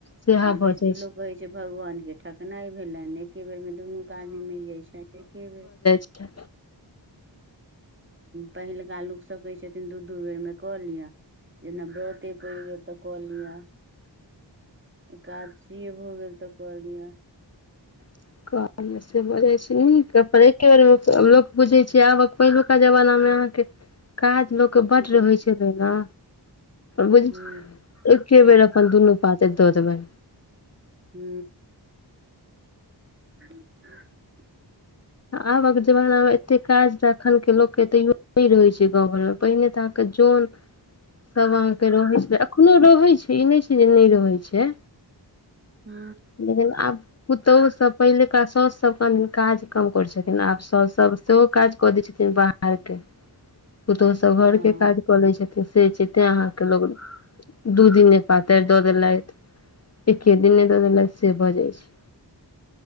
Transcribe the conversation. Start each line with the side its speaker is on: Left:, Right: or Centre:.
Left: सेहा भऽ
Right: बेसी
Left: जाइ
Right: लोग कहै छै। जे भगवानके ठकनाइ भेलनि एके बेरमे दुनू क आदमी मरि जाय छै एके बेर
Left: अच्छा।
Right: पहिलका लोक सभ कहै छथिन दू दू बेर मे कऽ लिआ जेना वर्ते परि गेल तऽ कऽ लिआ एकादशीए भऽ गेल तऽ कहलिअ।
Left: <unintelligible> पर एके बारमे लोक बुझे छी आबक पहिलुका जमानमें अहाँकेँ काज बड
Right: ह
Left: रहै छले न बु
Right: ह
Left: एके बेर अपन दुनू पातर दऽ देबै।
Right: हू। ह।
Left: आबक जमाना मे एते काज तऽ एखन के लोकके तैयो नहि रहै छै गाँव घर मे पहिने तऽ क् जौन
Right: <inaudible>
Left: सभ अहाँके रहै छै एखनो रहै छै ई नहि छै जे नहि रहै छै
Right: हू
Left: लेकिन आब पुतोहु सब पहिलका साउस सब क काज कम करे छ लेकिन आब सब सब सेहो काज कऽ दै छथिन बाहर के पुतहु सब
Right: हँ
Left: घर के काज बले छथिन से छै तें अहाँके लोग दू दिन पातरि दऽ देलथि एके दिनने दऽ देल से भऽ जाय छै